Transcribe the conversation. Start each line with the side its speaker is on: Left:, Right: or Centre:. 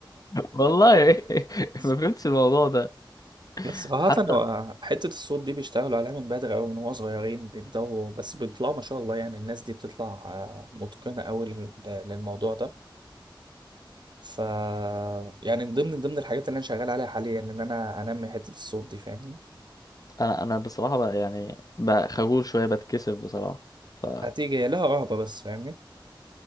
Left: والله <laughs>
Right: <laughs>
Left: ما فهمتش الموضوع ده
Right: بس صراحة
Left: حتى
Right: هو حتة الصوت دي بيشتغلوا عليها من بدري أوي من هو صغيرين بيبدأوا بس بيطلعوا ما شاء الله يعني الناس دي بتطلع آه، متقنة أوي لل- للموضوع ده ف يعني من ضمن ضمن الحاجات اللي أنا شغال عليها حاليا إن أنا أنمي حتة الصوت دي فاهمني
Left: انا انا بصراحه بقى يعني بقى خجول شويه بتكسف بصراحه ف
Right: هتيجي هي لها رهبة بس فاهمني